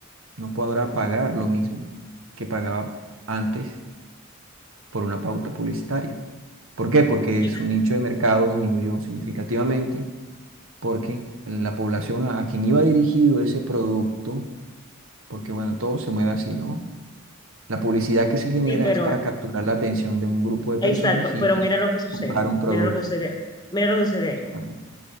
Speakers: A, on the right (about 80°); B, on the left (about 20°).
A: no podrá pagar lo mismo que pagaba antes por una pauta publicitaria. ¿Por qué? Porque
B: sí,
A: su nicho de mercado disminuyó significativamente porque la población a, a quien iba dirigido ese producto, porque bueno, todo se mueve así, ¿no? La publicidad que se genera
B: sí, pero,
A: es para capturar la atención de un grupo de personas
B: exacto,
A: y
B: pero
A: pues
B: mira lo que sucede,
A: comprar un producto,
B: mira lo que sucede,
A: ¿de
B: mira lo que sucede ahí.
A: acuerdo?